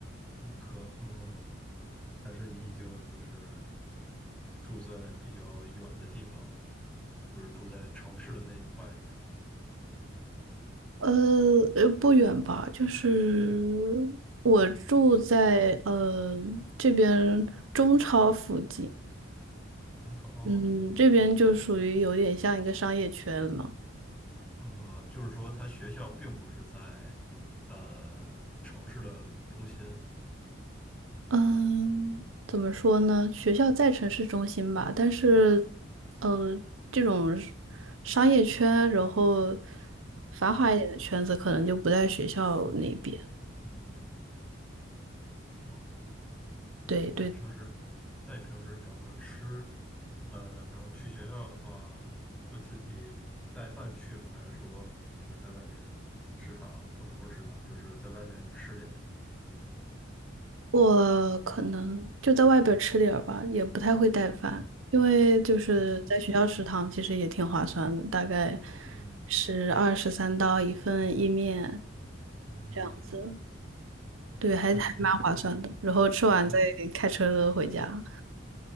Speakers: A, in the centre; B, on the right.
A: 本科，嗯，但是你已经就是住在比较远的地方了，不是住在城市的那一块，
B: 呃，呃不远吧，就是我住在呃这边中超附近。
A: 嗯，中超哦
B: 嗯，这边就属于有点像一个商业圈了。
A: 啊，就是说他学校并不是在呃城市的中心，
B: 嗯，怎么说呢？学校在城市中心吧，但是，呃，这种是商业圈，然后繁华一点的圈子，
A: 嗯
B: 可能就不在学校那边。
A: 嗯，OK。
B: 对对，
A: 那你平时，那你平时，比方说吃，呃，比方说去学校的话，会自己带饭去吗？还是说就是在外面食堂，呃，不是食堂，就是在外面吃点？
B: 我可能就在外边吃点儿吧，也不太会带饭，
A: 嗯
B: 因为就是在学校食堂其实也挺划算的，
A: 嗯
B: 大概
A: 嗯
B: 是二十三刀一份意面
A: 嗯。
B: 这样子。对，还还蛮划算的。
A: 哦，你们那
B: 然后吃完再开车回家。
A: 你们那